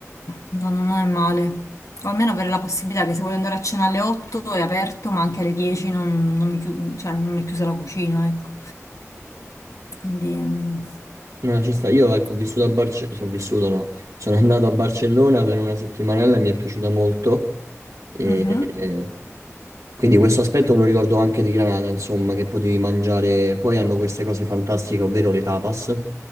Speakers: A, on the left (about 75°); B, on the right (about 85°).
A: non, non è male. O almeno avere la possibilità che se voglio andare a cena alle 8 è aperto, ma anche alle 10 non, non mi chiu- cioè, non è chiusa la cucina, ecco. Quindi, mm,
B: No, ci sta. Io ecco, ho vissuto a Barcellona, sono vissuto no, sono andato a Barcellona per una settimanella e mi è piaciuta molto. E,
A: Mhm.
B: e- quindi questo aspetto me lo ricordo anche di Granada, insomma, che potevi mangiare. Poi hanno queste cose fantastiche, ovvero le tapas.